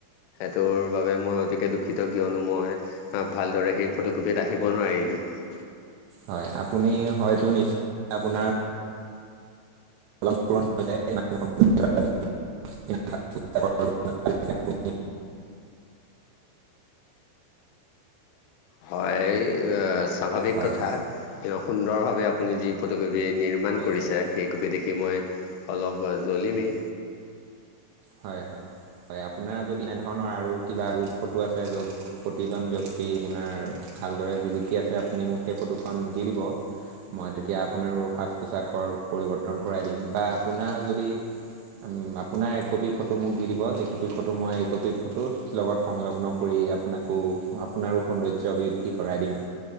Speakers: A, on the left; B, on the right.
A: সেইটোৰ বাবে মই অতিকে দুখিতঃ কিয়নো মই ভালদৰে সেই ফটোকপিত আহিব নোৱাৰিলোঁ <unintelligible>
B: হয় আপুনি হয়তো নিশ্চয় আপোনাৰ <unintelligible> <unintelligible>
A: হয় স্বাভাৱিক
B: হয়
A: কথা এ সুন্দৰভাৱে আপুনি যি ফটোকপি নিৰ্মাণ
B: হয়
A: কৰিছে
B: হয়
A: সেইকপি দেখি মই অলপ জলিমে
B: হয় হয় হয় আপোনাৰ যদি এনেধৰণৰ আৰু কিবা গ্ৰুপ ফটো আছে যত প্ৰতিজন ব্যক্তি আপোনাৰ ভালদৰে জিলিকি আছে আপুনি মোক সেই ফটোখন দি দিব মই তেতিয়া আপোনাৰো সাজ পোছাকৰ পৰিৱৰ্তন কৰাই দিম বা আপোনাৰ যদি উম আপোনাৰ একপি ফটো মোক দি দিব যিকপি ফটো মই এইকপি ফটোত লগত সংলগ্ন কৰি আপোনাকো আপোনাৰ সৌন্দৰ্য বৃদ্ধি কৰাই দিম